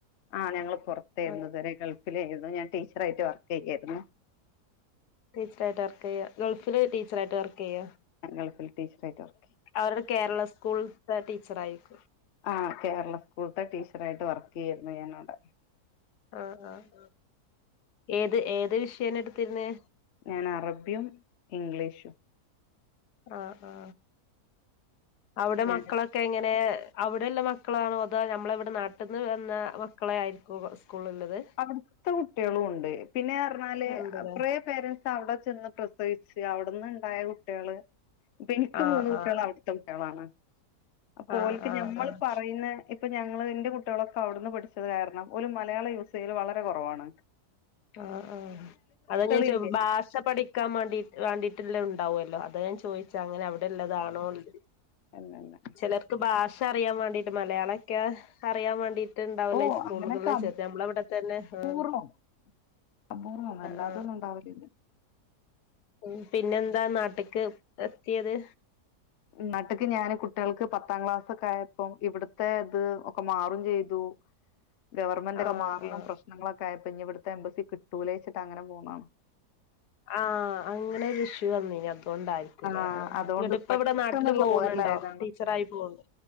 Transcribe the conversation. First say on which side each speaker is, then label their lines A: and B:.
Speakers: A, on the left (about 55°); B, on the left (about 80°).
A: ആ ഞങ്ങള് പൊറത്താരുന്നു
B: ആഹ്
A: ഇതുവരെ ഗൾഫ് ഫിലായിരുന്നു ഞാൻ ടീച്ചറായിട്ട് വർക്കുചെയ്യുവായിരുന്നു
B: ടീച്ചറായിട്ട് വർക്ക് ചെയ്യുക ഗൾഫില് ടീച്ചറായിട്ട് വർക്ക് ചെയ്യുവാ
A: ഞാൻ ഗൾഫില് ടീച്ചറായിട്ട് വർക്കുചെയ്യ
B: അവരുടെ കേരള സ്കൂളിൽത്തെ ടീച്ചറായിരിക്കും
A: ആ കേരള സ്കൂൾത്തെ ടീച്ചറായിട്ട് വർക്ക് ചെയ്യുവായിരുന്നു ഞാനവിടെ
B: ആ ആ ആ ഏത് ഏത് വിഷയാണ് എടുത്തിരുന്നെ
A: ഞാൻ അറബിയും ഇംഗ്ലീഷും
B: ആ ആ അവിടെ
A: ഞാൻ
B: മക്കളൊ ക്കെ എങ്ങനെയാ അവിടെയൊള്ള മക്കളാണോ അതൊ നമ്മളെ ഇവിടെ നാട്ടിന്നുവന്ന മക്കളെ ആയിരിക്കുമോ സ്കൂളിലൊള്ളത്
A: അവിടുത്തെ കുട്ടികളും ഒണ്ട് പിന്നെറഞ്ഞാല്
B: ഉണ്ട്ല്ലേ
A: കുറെ പേരൻറ്സ് അവിടെ ചെന്നു പ്രസവിച്ച് അവിടന്ന് ഉണ്ടായ കുട്ടികള് ഇപ്പൊ എനിക്ക്
B: ആഹ്
A: മൂന്നുകുട്ടികള്
B: ആഹ്
A: അവിടത്തെ കുട്ടികളാണ് അപ്പോ
B: ആഹ്
A: ഓൽക്ക്
B: ആഹ്
A: ഞമ്മള്
B: ആഹ്
A: പറയുന്ന ഇപ്പൊ ഞങ്ങൾ എന്റെ കുട്ടികളൊക്കെ അവിടന്ന് പഠിച്ചതുകാരണം ഒല് മലയാളം യൂസ്ചെയ്യല് വളരെ കൊറവാണ്.
B: ആ ആ അതാ ഞാൻ ചോ
A: ഇല്ല
B: ബാഷ പഠിക്കാൻ വേണ്ടി വേണ്ടിട്ടുള്ള ഉണ്ടാവുമല്ലോ അതാ ഞാൻ ചോദിച്ചെ അങ്ങനെ അവിടെയുള്ളതാണോന്ന്
A: അല്ലല്ല
B: ചിലർക്ക് ബാഷ അറിയാൻ വേണ്ടിട്ട് മലയാളലൊക്കെ അറിയാൻ വേണ്ടി ട്ടൊണ്ടാവില്ലേ
A: ഓ
B: ഈ സ്കൂളുകളിചേർത്ത്
A: അങ്ങനെയൊക്കെ
B: നമ്മളവിടെ തന്നെ
A: അപൂർവം
B: ആ
A: അപൂർവം അല്ലാതൊന്നും
B: ആ
A: ഉണ്ടാവല്ലിത്
B: ഉം പിന്നെന്താ നാട്ടിക്ക് എത്തിയത്
A: നാട്ട്ക്കുഞാന് കുട്ടികൾക്ക് പത്താം ക്ലാസൊക്കെയായപ്പം ഇവിടത്തെ ഇത് ഒക്കെ മാറും ചെയ്തു. ഗവൺമെൻറ്
B: ആഹ്
A: ഒക്കെ മാറലും
B: ആഹ്
A: പ്രശ്നങ്ങളൊക്കെ ആയപ്പോ ഇനി ഇവിടുത്തെ എംബസി കിട്ടൂലേന്നു വെച്ചിട്ടങ്ങനെ പോന്നതാണ്
B: ആ അങ്ങനൊരു ഇഷ്യു വന്നേനി അതുകൊണ്ടായി രിക്കൂലേ
A: ആഹ്
B: ആ
A: അതുകൊണ്ട്
B: എന്നിട്ടിപ്പ
A: പെട്ടെന്നുള്ള
B: ഇവിടെ നാട്ടില് പോകുന്നുണ്ടോ
A: പോരലായതാണ്
B: ടീച്ചറായിട്ട് പോവണ്ടോ